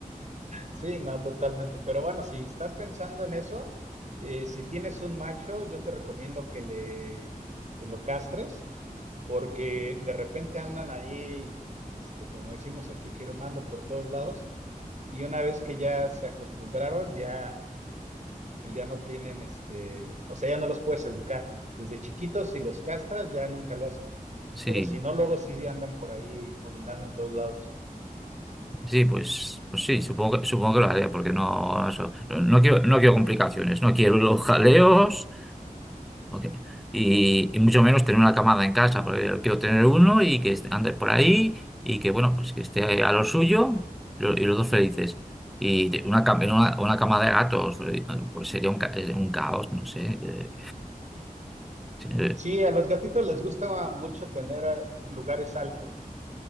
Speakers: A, on the right; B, in the centre.
A: Sí, no, totalmente. Pero bueno, si estás pensando en eso, eh, si tienes un macho, yo te recomiendo que le, que lo castres porque de repente andan ahí, este, como decimos aquí, firmando por todos lados, y una vez que ya se acostumbraron, ya, pues ya no tienen, este, o sea, ya no los puedes educar. Desde chiquitos, si los castras, ya nunca lo hacen,
B: Sí,
A: pero si no, luego sí andan por ahí, orinando en todos lados.
B: sí, pues, pues sí, supongo que, supongo que lo haré, porque no, eso, no, no quiero, no quiero complicaciones, no quiero los jaleos. Ok. Y, y mucho menos tener una camada en casa, porque yo quiero tener uno y que est- ande por ahí y que, bueno, pues que esté a lo suyo lo- y los dos felices. Y te- una, cam- una, una cama de gatos, eh, pues sería un, ca- eh, un caos, no sé. eh, sí, eh.
A: Sí, a los gatitos les gusta mucho tener eh, lugares altos.